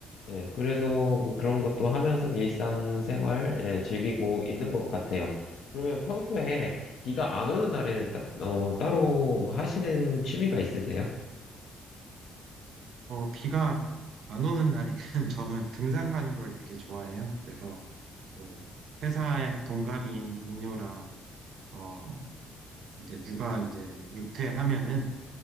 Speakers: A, on the left; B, on the right.
A: 예, 그래서 그런 것도 하면서 일상생활 예, 즐기고 있는 것 같아요. 그러면 평소에 비가 안 오는 날에는 딱, 어, 따로 하시는 취미가 있으세요?
B: 어, 비가 안 오는 날에는 <laughs> 저는 등산 가는 걸 되게 좋아해요. 그래서 뭐 회사 동갑인 동료랑 어 이제 육아 이제 육퇴하면은